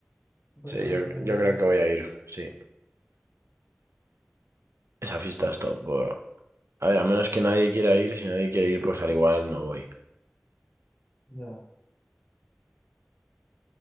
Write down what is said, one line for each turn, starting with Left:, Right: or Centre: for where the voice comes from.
Left: La próxima
Right: Sí, yo,
Left: semana
Right: yo
Left: ya tienes.
Right: creo que voy a ir, sí. Esa fiesta es top, bro. A ver, a menos que nadie quiera ir, si nadie quiere ir, pues al igual no voy.
Left: Ya,